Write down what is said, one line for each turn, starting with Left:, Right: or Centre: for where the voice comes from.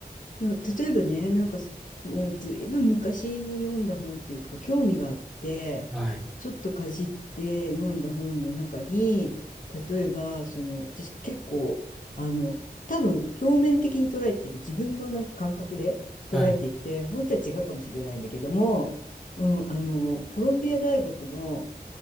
Left: いや例えばね、なんかもうずいぶん昔に読んだ本っていうか、興味があって、
Centre: はい。
Left: ちょっとかじって読んだ本の中に、例えば、その、私結構、あの、多分表面的に捉えてて、自分のなんか感覚で捉えていて、
Centre: はい。
Left: 本当は違うかもしれないんだけども、うん、あの、コロンビア大学の